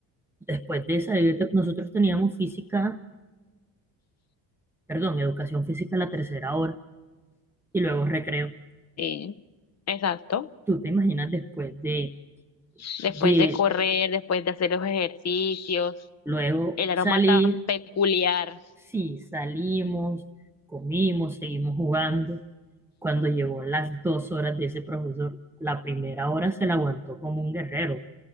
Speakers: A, in the centre; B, on the left.
A: Después de esa, yo te- nosotros teníamos física, perdón, educación física a la tercera hora y luego recreo.
B: Sí, exacto.
A: ¿Tú te imaginas después de,
B: Después
A: de
B: de correr, después de hacer los ejercicios,
A: luego
B: el aroma
A: salir?
B: tan peculiar
A: Sí, salimos, comimos, seguimos jugando. Cuando llegó las dos horas de ese profesor, la primera hora se la aguantó como un guerrero.